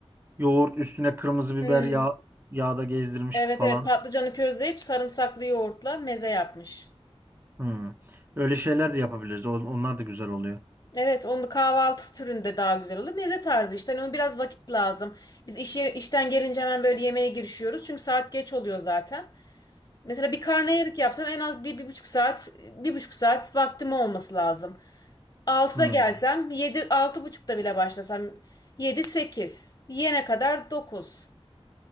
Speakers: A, on the right; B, on the left.
A: Yoğurt üstüne kırmızı biber
B: Hmm.
A: yağ yağda gezdirmiş
B: Evet
A: falan.
B: evet patlıcanı közleyip sarımsaklı yoğurtla meze yapmış.
A: Hmm. Öyle şeyler de yapabiliriz. On- Onlar da güzel oluyor.
B: Evet onu kahvaltı türünde daha güzel olur. Meze tarzı işte hani ona biraz vakit lazım. Biz iş yeri- işten gelince hemen böyle yemeğe girişiyoruz. Çünkü saat geç oluyor zaten. Mesela bir karnıyarık yapsam en az bir, bir buçuk saat, bir buçuk saat vaktim olması lazım. 6'da
A: Hmm.
B: gelsem, 7 altı buçukta bile başlasam, 7 8 yiyene kadar 9.